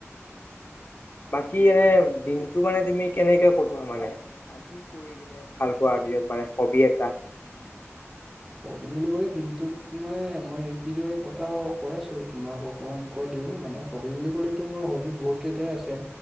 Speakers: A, on the left; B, in the centre.
A: বাকী এনে দিনটো মানে তুমি কেনেকে কটোৱা মানে কৰি পিনে ভাল পোৱাৰ দিনত মানে হবি এটা <inaudible>
B: হবি বুলি কলে দিনটোত মানে মই কিদৰে কতাও কৈ আছো তোমাকক অকমান কৈ দিওঁ মানে হবি বুলি ক'লেতো মোৰ হবি বহুত কেইটাই আছে